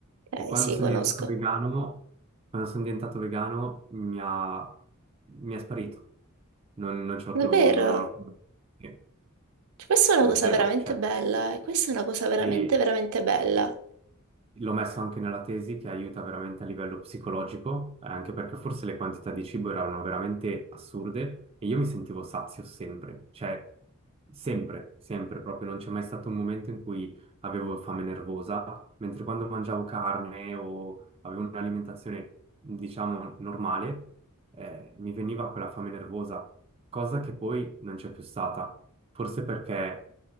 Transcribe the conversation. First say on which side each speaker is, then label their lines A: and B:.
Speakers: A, on the right (about 80°); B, on the right (about 25°).
A: Eh,
B: e quando
A: sì,
B: sono
A: conosco.
B: diventato vegano, quando sono diventato vegano mi ha, mi è sparito. Non, non ce l'ho
A: Davvero?
B: più, non ho, eh,
A: Cioè, questa è una cosa
B: zero,
A: veramente
B: cioè.
A: bella, e questa è una cosa veramente,
B: E,
A: veramente bella.
B: L'ho messo anche nella tesi che aiuta veramente a livello psicologico, eh, anche perché forse le quantità di cibo erano veramente assurde e io mi sentivo sazio sempre, cioè sempre, sempre proprio, non c'è mai stato un momento in cui avevo fame nervosa, mentre quando mangiavo carne o avevo un'alimentazione, diciamo, normale, eh, mi veniva quella fame nervosa, cosa che poi non c'è più stata, forse perché